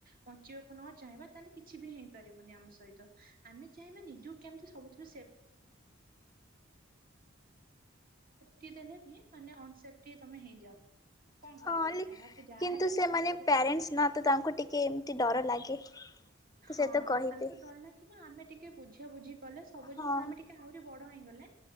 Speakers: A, on the right; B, on the left.
A: ବଞ୍ଚିବାକୁ ନ ଚାହିଁବା, ତାହେଲେ କିଛି ବି ହେଇପାରିବନି ଆମ ସହିତ, ଆମେ ଚାହିଁବା ନିଜକୁ କେମିତି ସବୁଥି ଜ ଯେ ଦେଲେ <unintelligible> ତମେ ହେଇଯାଅ। କଣ
B: ହଁ
A: କରିବା ଯାହାକୁ ଯାହା
B: କିନ୍ତୁ
A: ହେଲେ ବି
B: ସେମାନେ
A: କରିବାକୁ
B: ପ୍ୟାରେଣ୍ଟସ
A: ପଡିବ।
B: ନା ତ ତାଙ୍କୁ ଟିକେ ଏମିତି ଡର ଲାଗେ ତ
A: ହଁ
B: ସେ ତ କହିବେ।
A: ତାଙ୍କୁ ଡର ଲାଗିବ ଆମେ ଟିକେ ବୁଝ ବୁଝି ଗଲେ ସବୁ
B: ହଁ
A: ଜିନିଷ ଆମେ ଟିକେ ଆହୁରି ବଡ ହେଇଗଲେ